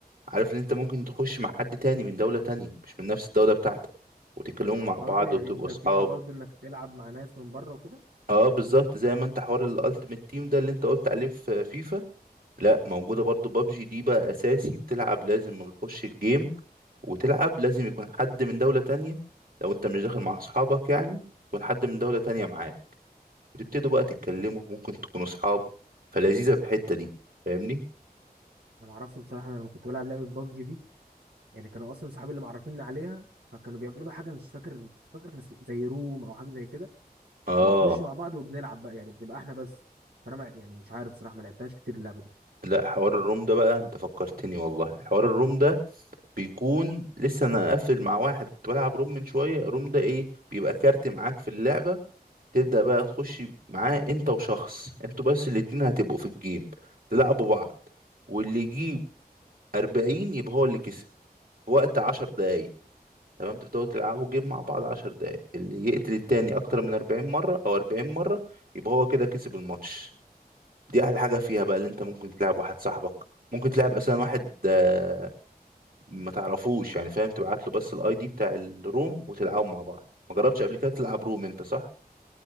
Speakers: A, on the right; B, on the right.
A: عارف ان انت ممكن تخش مع حد تاني من دولة تانية مش من نفس الدولة بتاعتك وتتكلموا مع
B: برضو
A: بعض
B: يعني
A: وتبقوا
B: انت
A: صحاب
B: فيها برضو انك تلعب مع ناس من بره وكده
A: اه بالظبط زي ما انت حوار الالتيميت تيم ده اللي انت قلت عليه في فيفا لا موجوده برضو بابجي دي بقى اساسي بتلعب لازم ما بتخش الجيم وتلعب لازم يكون حد من دوله تانية لو انت مش داخل مع اصحابك يعني يكون حد من دوله تانية معاه بتبتدوا بقى تتكلموا ممكن تكونوا اصحاب فلذيذه في الحته دي فاهمني
B: ما اعرفش بصراحه انا لما كنت بلعب لعبه ببجي دي يعني كانوا اصلا صحابي اللي معرفيني عليها فكانوا بيعملوا حاجه مش فاكر فاكر كان اسم- زي روم او حاجه زي كده
A: اه
B: وبنخش مع بعض وبنلعب بقى يعني بنبقى احنا بس فانا ما يعني مش عارف صراحه ما لعبتهاش كتير اللعبه دي
A: لا حوار الروم ده بقى انت فكرتني والله حوار الروم ده بيكون لسه انا قافل مع واحد كنت بلعب روم من شويه الروم ده ايه بيبقى كارت معاك في اللعبه تبدأ بقى تخش معاه انت وشخص انتوا بس الاتنين هتبقوا في الجيم تلعبوا بعض واللي يجيب 40 يبقى هو اللي كسب في وقت 10 دقايق تمام تبدأوا تلعبوا جيم مع بعض 10 دقايق اللي يقتل التاني أكتر من 40 مرة أو 40 مرة يبقى هو كده كسب الماتش دي أحلى حاجة فيها بقى اللي انت ممكن تلعب واحد صاحبك ممكن تلعب أصلا واحد آه، ما تعرفوش يعني فاهم تبعت له بس الاي دي بتاع الروم وتلعبوا مع بعض ما جربتش قبل كده تلعب روم انت صح؟